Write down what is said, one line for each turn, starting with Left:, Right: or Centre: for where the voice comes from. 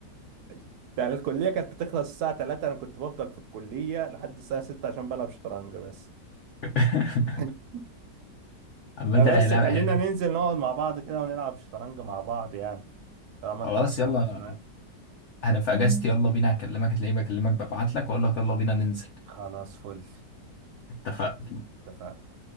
Right: <laughs> ده الكلية كانت بتخلص الساعة 3 انا كنت بفضل في الكلية لحد الساعة 6 عشان بلعب شطرنج بس
Left: <laughs>
Right: <laughs>
Left: عامة
Right: فبس
Left: هي لعبة
Right: خلينا ننزل نقعد مع بعض كده ونلعب شطرنج مع بعض يعني طالما
Left: خلاص
Right: انت عارف
Left: يلا
Right: الشطرنج
Left: انا في اجازتي يلا بينا هكلمك هتلاقيني بكلمك ببعت لك واقول لك يلا بينا ننزل
Right: خلاص فل
Left: اتفقنا
Right: اتفقنا